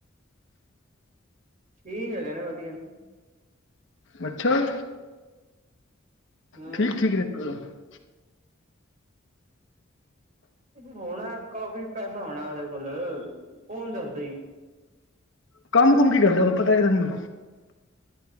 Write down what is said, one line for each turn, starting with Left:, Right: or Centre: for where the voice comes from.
Right: ਠੀਕ ਹੈਗੇ ਨੇ ਵਧੀਆ
Left: ਅੱਛਾ
Right: ਹੂੰ
Left: ਠੀਕ-ਠੀਕ ਨੇ ਮਤਲਬ
Right: ਹੋਣਾ ਕਾਫੀ ਪੈਸਾ ਹੋਣਾ ਉਹਦੇ ਕੋਲ ਕੌਣ ਦੱਸਦਾ ਈ।
Left: ਕੰਮ ਕੁਮ ਕੀ ਕਰਦਾ ਵਾ ਪਤਾ ਹੈ ਤੈਨੂੰ